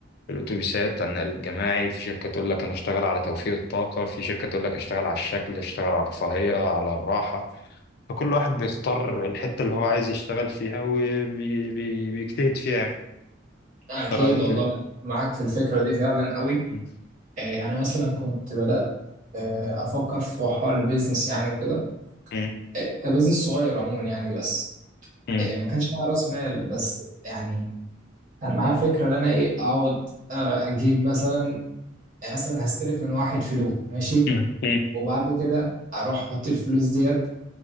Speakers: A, on the left; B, on the right.
A: الأتوبيسات على النقل الجماعي في شركة تقول لك أنا هشتغل على توفير الطاقة في شركة تقول لك هشتغل على الشكل هشتغل على الرفاهية على الراحة فكل واحد بيختار الحتة اللي هو عايز يشتغل فيها وبيجتهد فيها
B: اكيد
A: انت رايك
B: والله
A: ايه
B: معاك في الفكرة دي فعلا قوي
A: مم.
B: آه، يعني مثلا كنت بدأت آه، أفكر في حوار البيزنس يعني وكده
A: مم.
B: آه، كبزنس صغير عموما يعني بس
A: مم.
B: آه، ما كانش معايا رأس مال بس يعني كان معايا فكرة إن أنا إيه أقعد آه، أجيب مثلا يعني مثلا هستلف من واحد فلوس ماشي
A: مم. مم.
B: وبعد كده أروح أحط الفلوس ديت